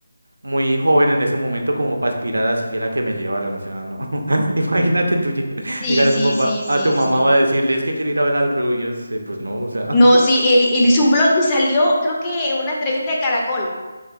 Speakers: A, on the right; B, on the left.
A: muy joven en ese momento como para aspirar a siquiera que me llevaran, o sea, no. <laughs> Imagínate tú lle-
B: Sí,
A: llegar
B: sí,
A: a tu papá,
B: sí,
A: a
B: sí,
A: tu mamá
B: sí.
A: va a decirle, es que quiero ir a ver al Rubius, eh, pues no, o sea,
B: No, sí, él, él hizo un blog y salió, creo que en una entrevista de Caracol,